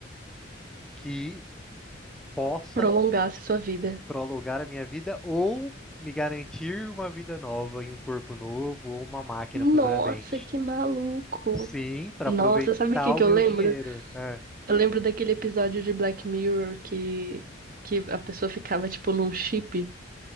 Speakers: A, in the centre; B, on the right (about 45°).
A: que possa
B: Prolongasse sua vida.
A: prolongar a minha vida ou me garantir uma vida nova e um corpo novo ou uma máquina
B: Nossa,
A: futuramente.
B: que maluco.
A: Sim, para
B: Nossa,
A: aproveitar
B: sabe o que que
A: o meu
B: eu lembro?
A: dinheiro. É.
B: Eu lembro daquele episódio de Black Mirror que, que a pessoa ficava, tipo, num chip